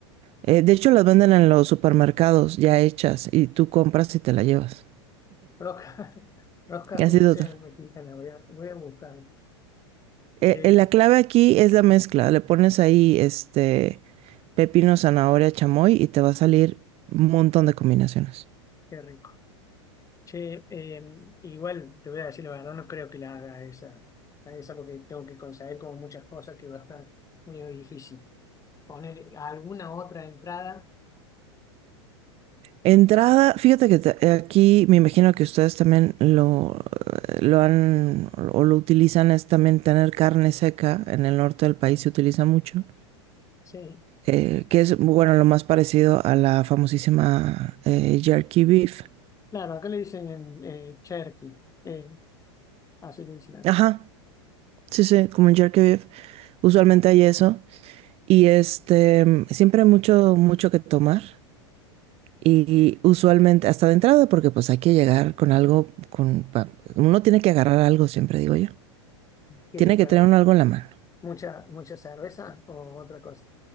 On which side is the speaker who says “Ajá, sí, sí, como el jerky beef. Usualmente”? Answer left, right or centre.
Right